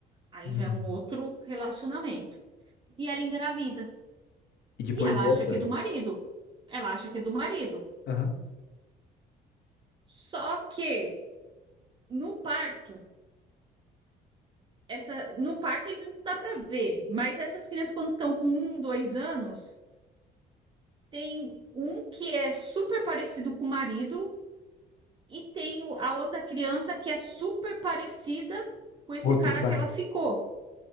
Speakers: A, on the right; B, on the left.
A: aí
B: Hum.
A: já é um outro relacionamento. E ela engravida.
B: E depois
A: E ela
B: volta.
A: acha que é do marido. Ela acha que é do marido.
B: Aham.
A: Só que no parto, essa no parto ainda não dá para ver, mas essas crianças quando estão com um, dois anos, Tem um que é super parecido com o marido e tem o- a outra criança que é super parecida com esse
B: Outro
A: cara
B: cara.
A: que ela ficou.